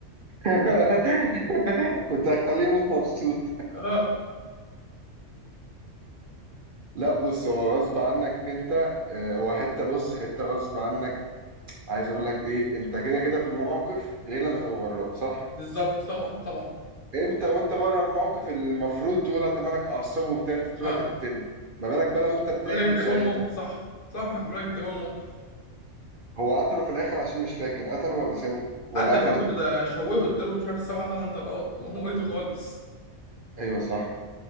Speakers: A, on the right; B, on the left.
A: <laughs> كنت هخليه يموت مبسوط
B: <laughs> اه
A: لا بص هو غصب عنك انت آه، هو حته بص حته غصب عنك عايز اقول لك ايه انت كده كده في الموقف غير لما تبقى براه صح
B: بالظبط طبعا طبعا
A: انت وانت بره الموقف المفروض تقول هتملك اعصابه وبتاع انت تقول
B: اه
A: هتقتله ما بالك بقى لو انت بتغلف
B: بقول لك انت جوه
A: ساعتها
B: الموقف صح صح بقول لك انت جوه الموقف
A: هو قتله في الاخر عشان مش فاكر قتله ولا سابه ولا
B: قتله
A: قفلت
B: قتله ده شوهه اداله مش عارف سبع تمن طلقات موته خالص
A: ايوه صح